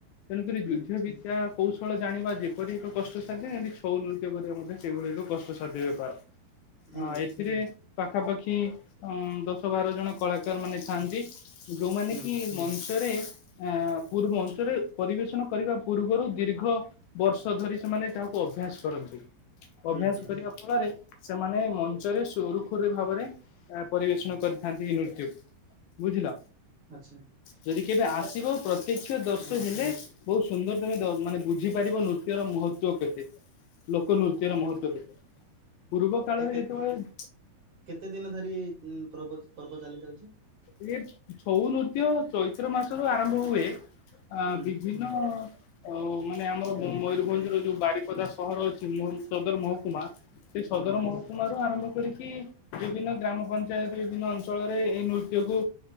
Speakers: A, on the left (about 75°); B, on the right (about 45°).
A: ତେଣୁକରି
B: ହୁଁ
A: ଯୁଦ୍ଧ ବି କୌଶଳ ଜାଣିବା ଯେପରି ଏକ କଷ୍ଟ ସାଧ୍ୟ ଏମିତି ଛଉ ନୃତ୍ୟ କରିବା ମଧ୍ୟ ସେହିଭଳି ଏକ କଷ୍ଟସାଧ୍ୟ ବେପାର
B: ହୁଁ
A: ଆଁ ଏଥିରେ ପାଖାପାଖି ଅଁ ଦଶ ବାର ଜଣ କଳାକାର ମାନେ ଥାଆନ୍ତି ଯୋଉମାନେ
B: ହୁଁ
A: କି? ମଞ୍ଚରେ ଆ ପୂ ମଞ୍ଚରେ ପରିବେଷଣ କରିବା ପୂର୍ବରୁ ଦୀର୍ଘ ବର୍ଷ ଧରି ସେମାନେ ତାହାକୁ ଅଭ୍ୟାସ କରନ୍ତି
B: ହୁଁ
A: ଅଭ୍ୟାସ
B: ହୁଁ
A: ଫଳରେ ସେମାନେ ମଞ୍ଚରେ ସୁରୁଖୁରୁ ଭାବରେ ପରିବେଷଣ କରିଥାନ୍ତି ଏଇ ନୃତ୍ୟକୁ। ବୁଝିଲ
B: ଆଚ୍ଛା।
A: ଯଦି କେବେ
B: ଏଟା
A: ଆସିବ ପ୍ରତ୍ୟକ୍ଷ ଦର୍ଶି
B: ହୁଁ
A: ହେଲେ। ବହୁତ ସୁନ୍ଦର ତମେ ମାନେ ବୁଝିପାରିବ ନୃତ୍ୟର ମହତ୍ଵ କେତେ? ଲୋକ ନୃତ୍ୟର ମହତ୍ବ କେତେ ପୂର୍ବ କାଳରେ
B: ଏଟା କେ
A: ଯେତେବେଳେ
B: କେତେ ଦିନ ଧରି ଉ ପ୍ରର୍ବ ପର୍ବ ଚାଲିଥାଉଚି।
A: ଏଇ ଛଉ ନୃତ୍ୟ ଚୈତ୍ର ମାସରୁୁ ଆରମ୍ଭ ହୁଏ ଆ
B: ହୁଁ
A: ବିଭିନ୍ନ ଆଉ ମାନେ ଆମର ମୟୂରଭଞ୍ଜର ଯୋଉ ବାରିପଦା ସହର ଅଛି ସଦର ମହକୁମା ସେ ସଦର
B: ହୁଁ
A: ମହକୁମରୁ ଆରମ୍ଭ କରିକି ବିଭିନ୍ନ ଗ୍ରାମ ପଞ୍ଚାୟତ ବିଭିନ୍ନ ଅଞ୍ଚଳରେ ଏଇ ନୃତ୍ୟ ଯକୁୁ